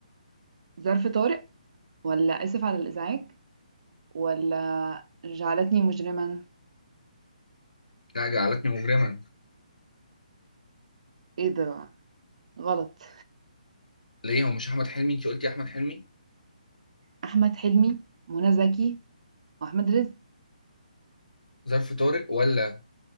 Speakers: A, on the right; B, on the left.
A: ظرف طارق ولا آسف على الإزعاج ولا جعلتني مجرما
B: لا جعلتني مجرما
A: ايه ده غلط
B: ليه هو مش احمد حلمي انت قلتي احمد حلمي
A: احمد حلمي منى زكي واحمد رزق
B: ظرف طارق ولا